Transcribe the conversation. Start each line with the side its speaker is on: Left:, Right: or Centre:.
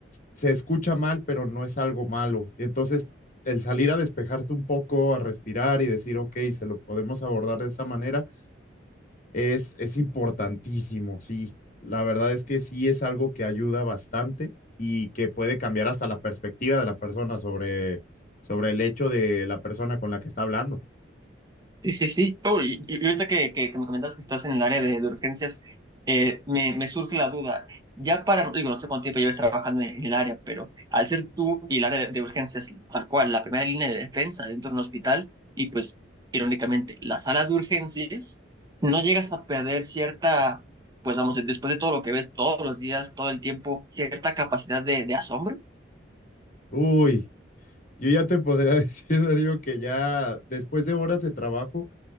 Left: se escucha mal, pero no es algo malo. Entonces, el salir a despejarte un poco, a respirar y decir, ok, se lo podemos abordar de esa manera, es, es importantísimo, sí. La verdad es que sí es algo que ayuda bastante y que puede cambiar hasta la perspectiva de la persona sobre, sobre el hecho de la persona con la que está hablando.
Right: Sí, sí, sí. Oh, y, y ahorita que, que, que me comentas que estás en el área de, de urgencias, eh, me, me surge la duda. Ya para, digo, no sé cuánto tiempo llevas trabajando en, en el área, pero al ser tú y el área de, de urgencias, tal cual, la primera línea de defensa dentro de un hospital, y pues, irónicamente, la sala de urgencias, no llegas a perder cierta, pues vamos, después de todo lo que ves todos los días, todo el tiempo, cierta capacidad de, de asombro.
Left: Uy, yo ya te podría <laughs> decir, Darío, que ya después de horas de trabajo,